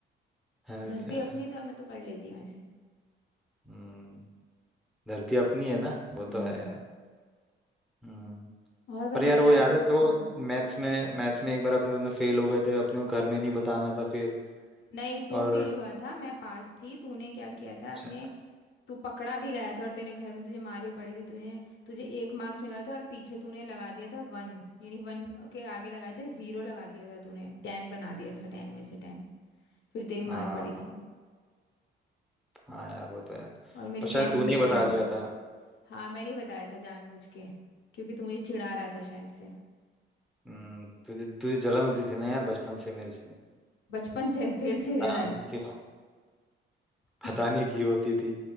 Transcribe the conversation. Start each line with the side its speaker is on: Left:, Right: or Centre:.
Centre: अच्छा
Left: धरती अपनी तो है, मैं तो कर लेती हूँ ऐसे
Centre: हम्म धरती अपनी है ना वो तो
Left: हम्म
Centre: है यार हम्म
Left: और बता
Centre: पर यार
Left: यार
Centre: वो याद है तो वो
Left: हम्म
Centre: मैथ्स में मैथ्स में एक बार अपने दोनों फेल हो गए थे अपने को घर में नहीं बताना था फिर
Left: नहीं तू
Centre: और
Left: फेल हुआ था मैं पास थी तूने क्या किया था
Centre: अच्छा
Left: अपने तू पकड़ा भी गया था और तेरे घर में तुझे मार भी पड़ी थी तुझे तुझे एक मार्क्स मिला था और पीछे तूने लगा दिया था वन यानी वन के आगे लगाए थे जीरो लगा दिया था तूने टेन बना दिया था टेन में से टेन फिर तेरी
Centre: हाँ
Left: मार पड़ी थी
Centre: हाँ यार वो तो है
Left: और मेरे
Centre: और शायद
Left: टेन
Centre: तूने
Left: में से टेन
Centre: ही बता
Left: आए
Centre: दिया
Left: थे
Centre: था
Left: हाँ मैंने ही बताया था जानबूझ के क्योंकि तू मुझे चिढ़ा रहा था शायद से
Centre: हम्म तुझे तुझे जलन होती थी ना यार बचपन से मेरे से
Left: बचपन से तेरे से
Centre: पता
Left: जलन
Centre: नहीं क्यों
Left: <laughs>
Centre: पता नहीं क्यों होती थी